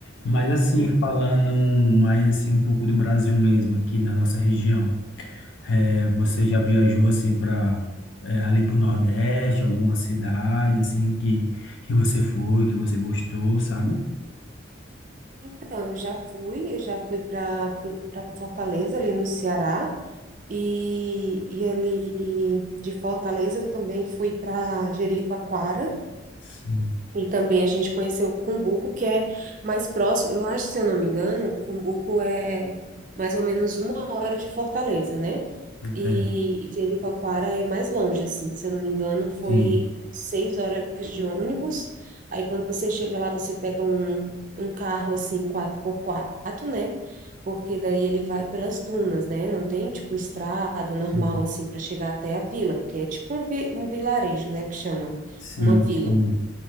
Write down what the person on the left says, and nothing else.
Mas, assim,
falando mais, assim, um pouco do Brasil mesmo, aqui na nossa região. É,
você já viajou assim para ali para o Nordeste, alguma cidade assim que, que você foi, que você gostou, sabe?
Sim,
é,
sim,
sim,
sim.
sim.